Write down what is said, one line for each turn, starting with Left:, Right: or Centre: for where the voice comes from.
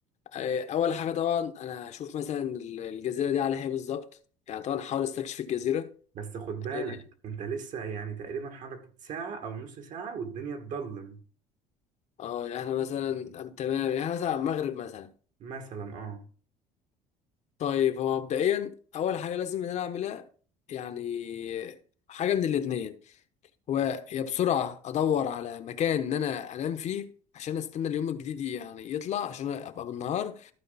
Left: آه، اول حاجه طبعا انا هشوف مثلا ال- الجزيره دي على ايه بالظبط يعني طبعا هحاول استكشف الجزيره
Right: بس خد بالك
Left: اه
Right: انت لسه يعني تقريبا حركة ساعة او نص ساعة والدنيا تضلم
Left: آه، يعني احنا مثلا تمام يعني إحنا مثلا على المغرب مثلا
Right: مثلا اه
Left: طيب هو مبدئيا اول حاجه لازم ان انا اعملها يعني حاجه من الاتنين هو يا بسرعه ادور على مكان ان انا انام فيه عشان استنى اليوم الجديد يعني يطلع عشان ابقى بالنهار